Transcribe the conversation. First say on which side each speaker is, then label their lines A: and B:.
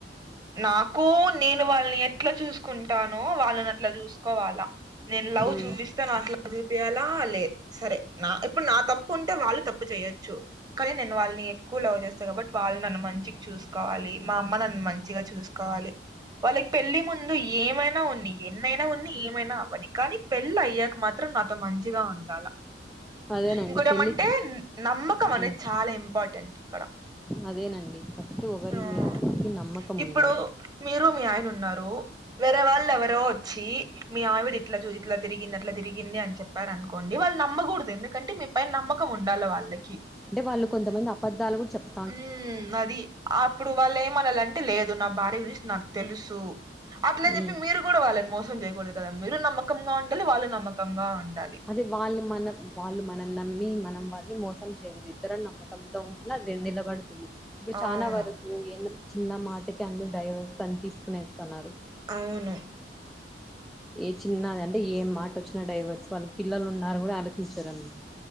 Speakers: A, on the right; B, in the centre.
A: నాకు నేను వాళ్ళని ఎట్ల చూసుకుంటానో వాళ్ళు నన్ను అట్లా చూసుకోవాలా నేను లవ్
B: ఉమ్
A: చూపిస్తే చూపియాల అలే సరే నా ఇప్పుడు నా తప్పు ఉంటే వాళ్ళు తప్పు చేయొచ్చు కానీ నేను వాళ్ళని ఎక్కువ లవ్ చేస్త బట్ వాళ్ళు నన్ను మంచిగా చూసుకోవాలి మా అమ్మ నాన్నలనీ మంచిగా చూసుకోవాలి వాళ్ళకి పెళ్లి ముందు ఏమైనా ఉన్ని ఎన్నైనా ఉన్ని ఏమైనా అవ్వని కానీ పెళ్లి అయ్యాక మాత్రం నాతో మంచిగా ఉండాల
B: అదేనండి
A: ఇంకోటి
B: పెళ్ళి
A: ఏమంటే నమ్మకం అనేది
B: ఉమ్
A: చాలా ఇంపార్టెంట్ ఇక్కడ
B: అదేనండి ఫస్ట్ ఒకరి
A: ఆ
B: మీద ఒకరికి నమ్మకం
A: ఇప్పుడు
B: ఉండాలి
A: మీరు మీ ఆయన ఉన్నారు వేరే వాళ్ళు ఎవరో వచ్చి మీ ఆవిడ ఇట్లా తిరిగింది అట్లా తిరిగింది అని చెప్పారు అనుకోండి వాళ్ళు నమ్మకూడదు ఎందుకంటే మీ పైన నమ్మకం ఉండాలి వాళ్ళకి
B: అంటే వాళ్ళు కొంతమంది అబద్దలు కూడా చెప్ప
A: ఉమ్మ్ అది అప్పుడు వాళ్ళు ఏమనాలంటే లేదు నా భార్య గురించి నాకు తెలుసు అట్లా అని చెప్పి
B: ఉమ్
A: మీరు కూడా వాళ్ళని మోసం చేయ కూడదు కదా మీరు నమ్మకంగా ఉండాలి వాళ్లు నమ్మకంగా ఉండాలి
B: అదే వాళ్ళు మనం వాళ్ళు మనల్ని నమ్మి మనం వాళ్ళని మోసం చేయకూడదు ఇద్దరు నమ్మకం కంతో ఉంటేనే అది నిలబడుతుంది ఇప్పుడు
A: అవును
B: చాలా వరకు ఏందో చిన్న మాటకి అందరు డైవర్స్ అని తీసుకొనేస్తున్నారు
A: అవును
B: ఏ చిన్నది అంటే ఏం మాట వచ్చినా డైవర్స్ వాళ్ళు పిల్లలు ఉన్నారు కూడా ఆలోచించారు అనమాట